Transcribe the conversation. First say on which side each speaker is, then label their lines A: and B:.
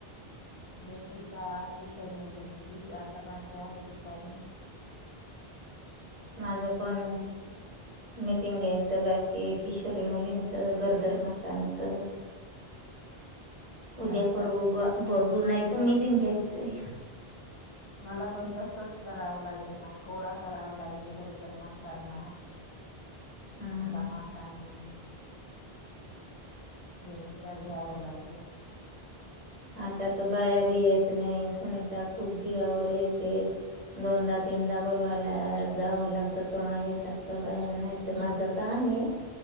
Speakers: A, on the left; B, on the right.
A: बेटिका किशोर मुलींची आता बाकी आहे ती पण
B: माझ पण मिटिंग आहे बाकी किशोरी मुलींच गरोदर मातांच
A: नंतर
B: उद्यापूर्व ब बघू नाय तर मीटिंग घ्यायची चेे
A: मला पण तसच करावं लागेल ना गोळा करावा लागेल गरोदर मातांना
B: हम्म
A: मातांना मी त त्या घ्याव लागेल
B: आता त बाया बी येत नाही सुनीता खूप जीवावर येते दोनदा तीनदा बोलवायला जावं लागत त येतात त बाया नाही तर माझ काम आहे